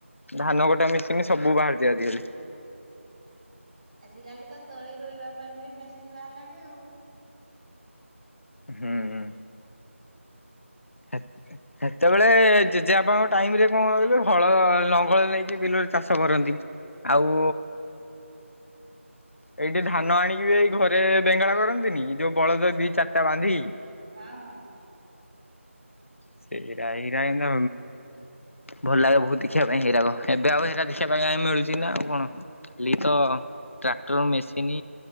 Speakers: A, on the left; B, on the right.
A: ଧାନକଟା ମେସିନି ସବୁ ବାହାରିଛି ଆଜିକାଲି।
B: ଆଜିକାଲି ତ ତଳି ରୁଇଁବା ପାଇଁ ବି ମେସିନ୍ ବାହାରିଲାଣି ଆଉ।
A: ହୁଁଉ। ହେତ୍ ସେତେବେଳେ ଜେଜେବାପାଙ୍କ ଟାଇମରେ କଣ କହିଲୁ ହଳ ଲଙ୍ଗଳ ନେଇକି ବିଲରେ ଚାଷ କରନ୍ତି। ଆଉ ଏଇଠି ଧାନ ଆଣିକି ବି ଏଇ ଘରେ ବେଙ୍ଗଳା କରନ୍ତିନି ଯୋଉ ବଳଦ ଦି ଚାରିଟା ବାନ୍ଧିକି।
B: ହଁ-ହଁ।
A: ସେଇରାଇରାଏନ୍ତ୍ ଭଲ ଲାଗେ ବହୁତ୍। ଦେଖିବା ପାଇଁ ହେଇରାକ ଏବେ ଆଉ ହେରା ଦେଖିବା ପାଇଁ ମିଳୁଛି ନା ଆଉ କଣ ଖାଲି ତ ଟ୍ରାକ୍ଟର ମେସିନି,